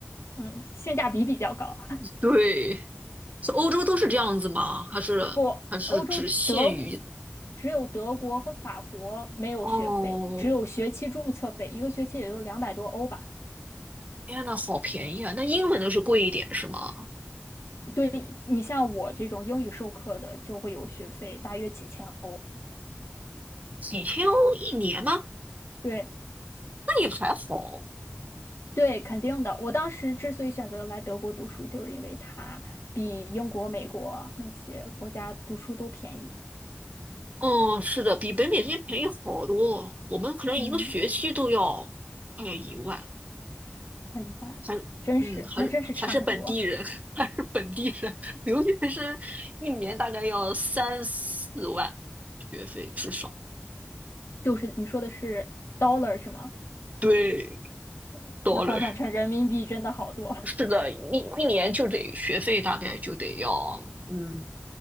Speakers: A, on the left; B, on the right.
A: 嗯，性价比比较高。
B: 对。是欧洲都是这样子吗？还是还是只限于？
A: 不，欧洲只德国只有德国和法国没有学费，
B: 哦，
A: 只有学期注册费，一个学期也就两百多欧吧。
B: 天呐，好便宜啊！那英文的是贵一点是吗？
A: 对，你像我这种英语授课的，就会有学费，大约几千欧。
B: 几千欧一年吗？
A: 对
B: 那也还好。
A: 对，肯定的。我当时之所以选择来德国读书，就是因为它比英国、美国那些国家读书都便宜。
B: 哦，是的，比北美这边便宜好多。我们可能一个学期都要快要一万，
A: 嗯，快一万，
B: 还嗯，
A: 真是，
B: 还是还是本地人，
A: 那真是差很多。
B: <laughs> 还是本地人留学生一年大概要三四万学费至少。
A: 就是你说的是 dollar 是吗？
B: 对
A: 哦那换算成人民币真的好多。
B: ，dollar，d o l l a r 是的，一一年就得学费大概就得要，嗯